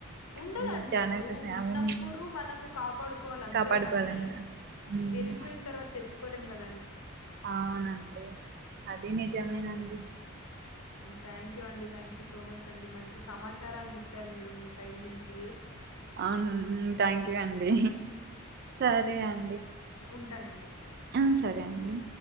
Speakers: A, on the left (about 85°); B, on the right (about 45°).
A: ఉండదండి
B: ఉమ్, చాలా
A: ఇప్పుడు
B: కష్టం
A: ఉన్నప్పుడు
B: అవును,
A: మనము కాపాడుకోవాలి అంతేగాని
B: కాపాడుకోవాలని ఉమ్,
A: వెళ్ళలిపోయిన తర్వాత తెచ్చుకోలేం కదా
B: అవునండి అది నిజమేనండి
A: థ్యాక్ యూ అండి థ్యాంక్ యూ సో మచ్ వచ్చండి మంచి సమాచారాన్ని ఇచ్చారు మీరు మీ సైడ్ నుంచి
B: అవును థ్యాంక్ యూ అండి సరే అండి
A: ఉంటానండి
B: ఆ సరే అండి